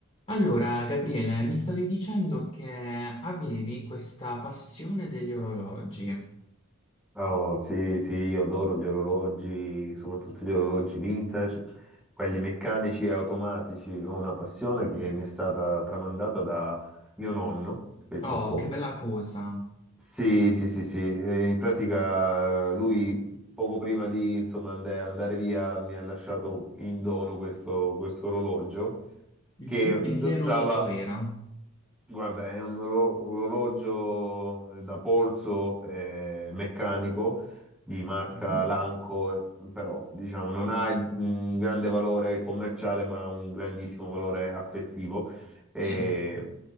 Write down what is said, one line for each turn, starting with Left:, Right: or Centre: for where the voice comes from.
Left: Allora, Gabriele, mi stavi dicendo che avevi questa passione degli orologi.
Centre: Oh, sì, sì, io adoro gli orologi, soprattutto gli orologi vintage, quelli meccanici e automatici. Ho una passione che mi è stata tramandata da mio nonno, penso
Left: Oh,
Centre: un po'.
Left: che bella cosa!
Centre: Sì, sì, sì, sì. Eh, In pratica eh, lui poco prima di insomma, and- andare via mi ha lasciato in dono questo, questo orologio
Left: Mhm,
Centre: che
Left: E
Centre: indossava
Left: che orologio era?
Centre: Guarda, è un oro- un orologio eh, da polso eh, meccanico di marca
Left: mhm,
Centre: Lanco, eh, però diciamo non ha un grande valore commerciale, ma ha un grandissimo valore affettivo, eh,
Left: Sì.